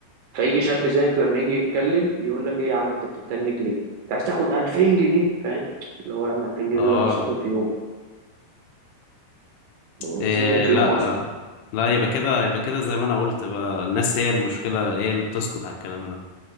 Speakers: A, on the right (about 80°); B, on the left (about 80°).
A: فيجي شاب زيك لما يجي يتكلم يقول لك ايه يا عم انت بتتنك ليه؟ انت عايز تاخد 2000 جنيه فاهم؟ اللي هو يا عم 2000 جنيه
B: اه
A: دول أنا بصرفهم في يوم
B: إيه
A: بصرفهم في
B: لا
A: يوم اصلا
B: آه، لا يبقى كده يبقى كده زي ما انا قلت بقى الناس هي المشكلة هي اللي بتسكت على الكلام ده